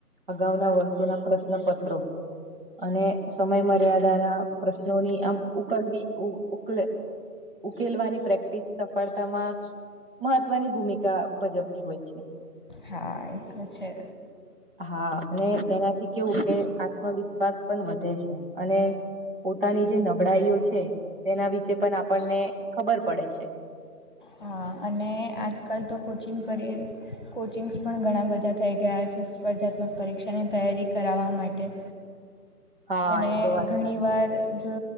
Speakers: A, on the right (about 35°); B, on the left (about 30°).
A: અગાઉના વર્ષોના પ્રશ્નપત્રો અને સમય મર્યાદાના પ્રશ્નોની આમ ઉકલવી ઉકલે ઉકેલવાની પ્રેક્ટિસ સફળતામાં મહત્વની ભૂમિકા ભજવતી હોય છે.
B: હા એ તો છે
A: હા અને તેનાથી કેવું કે આત્મવિશ્વાસ પણ વધે છે, અને પોતાની જે નબળાઈઓ છે. તેના વિશેે પણ આપણને ખબર પડે છે.
B: હા, અને આજકાલ તો કોચિંગ પર કોચિંગ્સ પણ ઘણા બધા થઈ ગયા છે. સ્પર્ધાત્મક પરીક્ષાની તૈયારી કરાવવા માટે
A: હા
B: અને
A: એ તો વાત
B: ઘણી
A: સાચી.
B: વાર જો